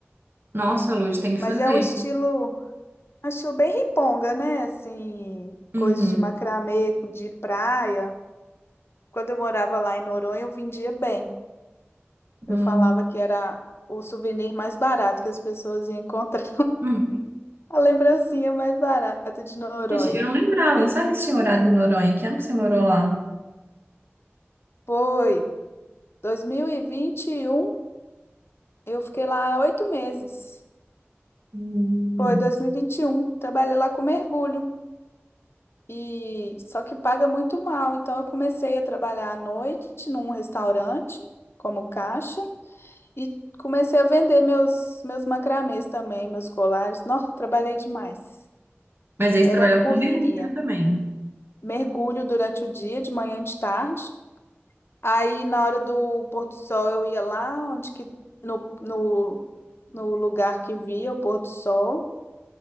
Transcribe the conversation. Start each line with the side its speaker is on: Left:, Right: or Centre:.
Right: Nossa, Luz, tem que
Left: Mas
Right: fazer.
Left: é um estilo, é um estilo bem riponga, né? Assim, coisas
Right: Uhum.
Left: de macramê, de praia. Quando eu morava lá em Noronha, eu vendia bem. Eu
Right: Hum.
Left: falava que era o souvenir mais barato que as pessoas iam encontrar.
Right: Hum.
Left: A lembrancinha mais barata de Noronha.
Right: Gente, eu não lembrava, não sabe se tinha morado em Noronha. Que ano que você morou lá?
Left: Foi dois mil e e vinte e um. eu fiquei lá oito meses.
Right: Hum.
Left: Foi dois mil e e vinte e um. trabalhei lá com mergulho. E só que paga muito mal, então eu comecei a trabalhar à noite num restaurante como caixa e comecei a vender meus meus macramês também, meus colares. Nossa, trabalhei demais.
Right: Mas aí
Left: Era
Right: você trabalhava
Left: correria.
Right: com mergulho também.
Left: Mergulho durante o dia, de manhã e de tarde. Aí na hora do pôr do sol eu ia lá onde que no, no, no lugar que via o pôr do sol.